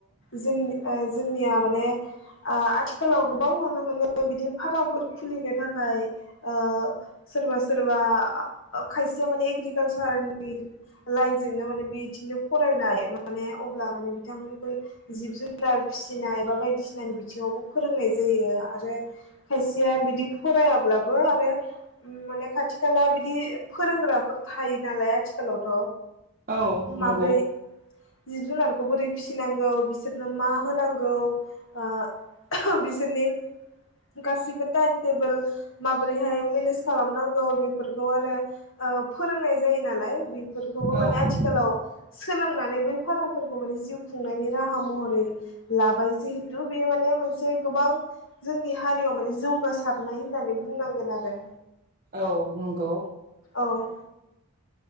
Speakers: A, on the left; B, on the right.
A: जों जोंनिया माने आ आथिखालाव गोबां नुनो मोनो बिदि फार्मफोरखौ। खुलिनो थाखाय ओ सोरबा सोरबा खायसेया माने एग्रिकालसारनि लाइनजोंनो माने बिथिंनो फरायनाय माने अब्ला माने बिथांमोनखौ जिब जुनार फिसिनाय बा बायदिसिना बिथिङावबो फोरोंनाय जायो आरो खायसे खथिया बिदि फरायाब्लाबो आरो माने खाथि खाला बिदि फोरोंग्राफोर थायो नालाय आथिखालावथ'
B: औ नंगौ
A: माब्रै जिब जुनारखौ बोरै फिसिनांगौ बिसोरनो मा होनांगौ ओ बिसोरनि गासैबो टाइम टेबोल माबोरैहाय मेनेज खालामनांगौ बेफोरखौ आरो औ फोरोंनाय जायो नालाय बेफोरखौबो माने
B: औ
A: आथिखालाव सोलोंनानै बै फारमफोरखौ माने जिउ खुंनायनि राहा महरै लाबाय जिहेथु बेयो माने मोनसे गोबां जोंनि हारियाव माने जौ हबासारनाय होननानै बुंनांगोन आरो
B: औ नंगौ।
A: औ।